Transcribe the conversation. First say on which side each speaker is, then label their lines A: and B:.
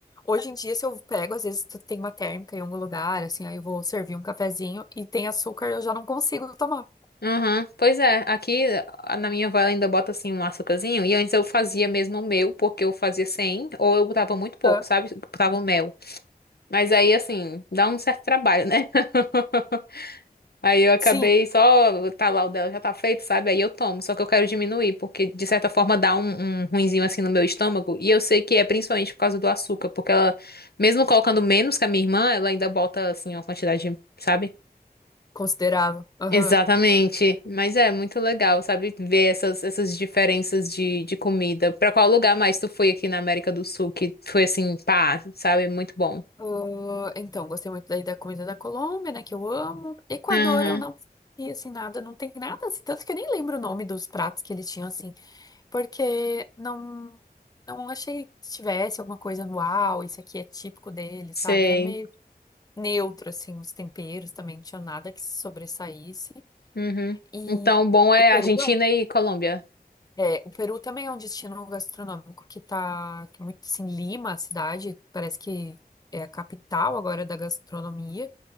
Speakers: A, on the left; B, on the left.
A: Hoje em dia, se eu pego, às vezes tu tem uma térmica em algum lugar, assim, aí eu vou servir um cafezinho e tem açúcar, eu já não consigo tomar.
B: Aham, Pois é, aqui a- na minha avó ela ainda bota assim um açúcarzinho, e antes eu fazia mesmo o meu, porque eu fazia sem, ou eu botava muito pouco,
A: Hã?
B: sabe? Botava o mel. Mas aí, assim, dá um certo trabalho, né? <laughs> Aí eu acabei
A: Sim,
B: só, tá lá o dela já tá feito, sabe? Aí eu tomo, só que eu quero diminuir, porque de certa forma dá um, um ruinzinho assim no meu estômago. E eu sei que é principalmente por causa do açúcar, porque ela, mesmo colocando menos que a minha irmã, ela ainda bota, assim, uma quantidade, sabe?
A: considerável. Aham.
B: Exatamente. Mas é muito legal, sabe? Ver essas, essas diferenças de, de comida. Pra qual lugar mais tu foi aqui na América do Sul que foi assim, pá, sabe? Muito bom.
A: Ah, então, gostei muito daí da comida da Colômbia, né, que eu amo. Equador,
B: Aham,
A: eu não e assim nada, não tem nada, assim, tanto que eu nem lembro o nome dos pratos que eles tinham assim, porque não não achei que tivesse alguma coisa no uau, isso aqui é típico deles,
B: sei.
A: sabe? Era meio neutro, assim, os temperos também não tinham nada que se sobressaísse.
B: Uhum.
A: E
B: Então, bom é
A: o Peru
B: Argentina
A: é, um,
B: e Colômbia.
A: é, o Peru também é um destino gastronômico que tá que é muito assim, Lima, a cidade, parece que é a capital agora da gastronomia